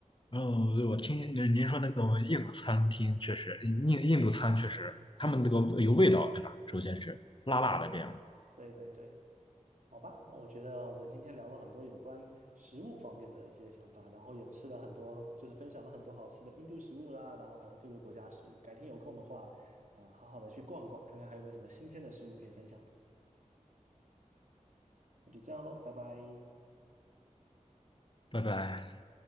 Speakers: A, on the left; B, on the right.
A: 嗯，对，我听您您说那个印度餐厅确实，印印度餐确实，他们那个有味道，对吧？首先是辣辣的这样的
B: 对对对对，好吧，那我觉得我们今天聊了很多有关食物方面的一些想法，然后也吃了很多，就是分享了很多好吃的印度食物啦，然后还有各个国家食物。改天有空的话，呃，好好的去逛逛，看看还有没有什么新鲜的食物可以分享的。那就这样喽，拜拜。
A: 拜拜。